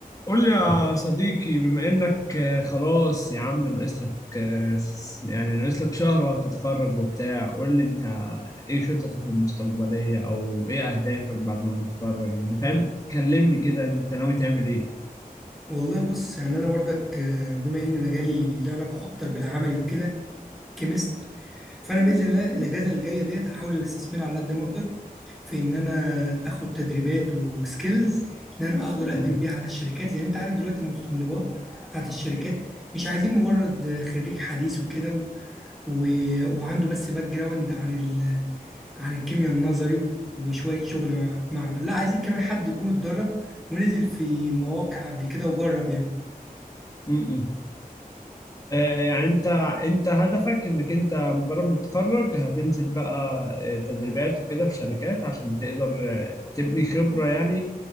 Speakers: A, on the left; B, in the centre.
A: قول لي يا صديقي بما انك آه، خلاص يا عم ناقص لك آه، س- يعني ناقص لك شهر وهتتخرج وبتاع قول لي انت ايه خططك المستقبلية او ايه اهدافك بعد ما تتخرج يعني فاهم كلمني كده انت ناوي تعمل ايه
B: والله بص يعني انا برضك آه، بما ان مجالي له علاقه اكتر بالعملي وكده كيمست فانا باذن الله الاجازه اللي جايه ديت هحاول ان استثمرها على قد ما اقدر في ان انا اخد تدريبات وسكيلز ان انا اقدر اقدم
A: م-
B: بيها على الشركات لان انت عارف دلوقتي المتطلبات بتاعت الشركات مش عايزين مجرد خريج حديث وكده و... و... وعنده بس باك جراوند عن ال... عن الكيمياء النظري وشويه شغل مع... معمل لا عايزين كمان حد يكون اتدرب ونزل في مواقع قبل كده وجرب يعني
A: م- م- آه، يعني انت انت هدفك انك انت مجرد ما تتخرج هتنزل بقى آه، تدريبات وكده في شركات عشان تقدر آه، تبني خبرة يعني